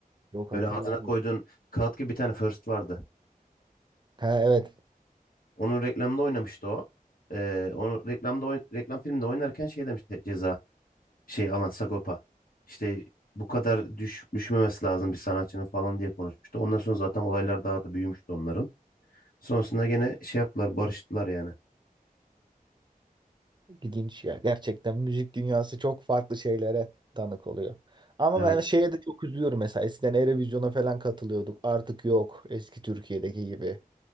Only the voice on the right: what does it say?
yok
hatırlamıyorum.
Ha evet.
İlginç ya. Gerçekten müzik dünyası çok farklı şeylere tanık oluyor. Ama
ben şeye de çok üzülüyorum mesela. Eskiden Eurovision'a falan katılıyorduk. Artık yok. Eski Türkiye'deki gibi.